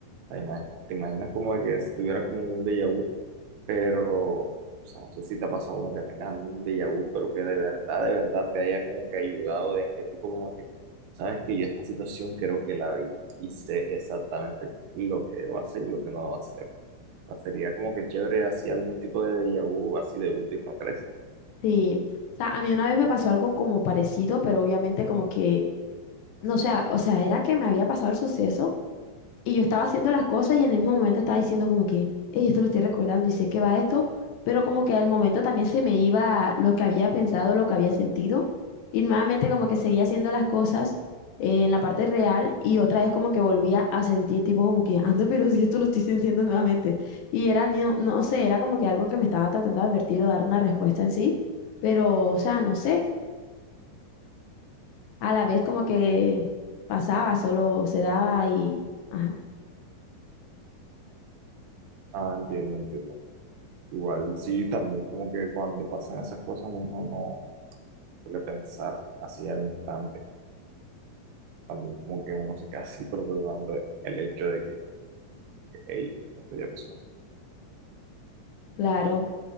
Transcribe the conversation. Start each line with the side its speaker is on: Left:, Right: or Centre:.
Right: sea, ima- te imaginas como de que estuviera como un déjà vu pero o sea, no sé si te ha pasado como que tengas algún déjà vu, pero que de verdad, de verdad te haya como que ayudado de este tipo, como que, sabes que yo esta situación creo que la vi y sé exactamente lo que debo hacer y lo que no debo hacer. O sea, sería como que chévere así algún tipo de déjà vu así de útil, ¿no crees?
Left: Sí, o sea, a mí una vez me pasó algo como parecido, pero obviamente como que, no sé, o sea, era que me había pasado el suceso. Y yo estaba haciendo las cosas y en el mismo momento estaba diciendo como que, hey, esto lo estoy recordando y sé que va esto, pero como que al momento también se me iba lo que había pensado, lo que había sentido, y nuevamente como que seguía haciendo las cosas eh, en la parte real y otra vez como que volvía a sentir tipo como que, anda, pero si esto lo estoy sintiendo nuevamente. Y era, no, no sé, era como que algo que me estaba tratando de advertir o dar una respuesta en sí, pero, o sea, no sé, a la vez como que pasaba, solo se daba y, ajá,
Right: Ah, entiendo, entiendo. Igual sí, también como que cuando pasan esas cosas uno no suele pensar así al instante. También como que uno se queda así procesando el el hecho de que, hey, esto ya pasó.
Left: claro.